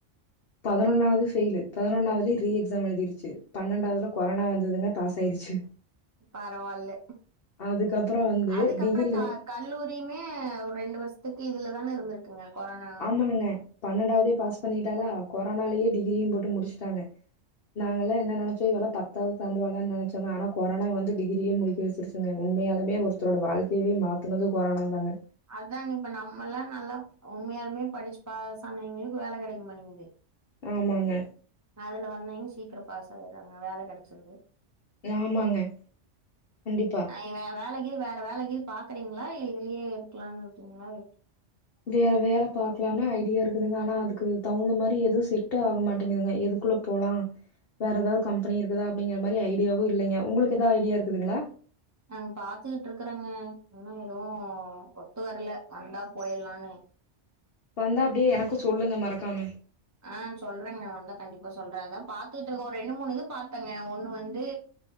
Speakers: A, on the left; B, on the right.
A: பதனொன்னாவது ஃபெய்லு பதனொன்னாவதுலயு ரீ எக்ஸாம் எழுதிருச்சு பன்னன்டாவதுல கொரோனா வந்ததுங்க பாஸ் ஆயிருச்சு
B: பரவால்ல
A: அதுக்கப்புறோ வந்து
B: அதுக்கப்பற
A: டிகிரி
B: கா கல்லூரியுமே ரெண்டு வருஷத்துக்கு இதுல தான இருந்துருக் குங்க கொரானா
A: ஆமாங்க பன்னண்டாவதே பாஸ் பண்ணிட்டாலா கொரானாலயே டிகிரியு போட்டு முடுச்ட்டாங்க நாங்கல்லா என்ன நெனச்சோ இவல்லா பத்தாவது தாண்டுவாலானு நெனச்சோங்க ஆனா கொரானா வந்து டிகிரியே முடிக்க வச்சுருச்சு சுங்க உண்மையாலுமே ஒருத்தரோட வாழ்க்கையவே மாத்துனது கொரானா தாங்க
B: அதாங்க இப்ப நம்மல்லா நல்லா உண்மையாழுமே படுச்சு பாசன்னவைங்களுக்கு வேல கெடக்க மாட்டிங்கிது
A: ஆமாங்க
B: அதுல வந்தவிங் சீக்கிரோ பாஸ் ஆயிர்றாங்க வேல கெடைச்சிருது.
A: ஆமாங்க கண்டிப்பா.
B: நீங்க வே வேல கீது வேற வேல கீது பாக்கறீங்ளா இதுலியே இருக்கலான் இருக்கீங்ளா எப்டி?
A: வேற வேல பாக்கலானு ஐடியா இருக்குதுங்க ஆனா அதுக்கு தவுந்த மாரி எது செட்டு ஆகமாட்டிங்குதுங்க எதுக்குல்ல போலா வேற எதாவ் கம்பெனி இருக்குதா அப்டிங்கற மாரி ஐடியாவு இல்லைங்க. உங்குளுக்கு எதா ஐடியா இருக்குதுங்ளா?
B: நாங் பாத்துகிட்ருக்கறங்க இன்னு எதுவு ஒத்து வரல வந்தா போயில்லானு.
A: வந்தா அப்டியே எனக்கு சொல்லுங்க மறக்காம.
B: ஆ சொல்றங்க வந்தா கண்டிப்பா சொல்ற அதா பாத்துட்ருக் ஒர் ரெண்டு மூணு இது பாத்தங்க ஒன்னு வந்து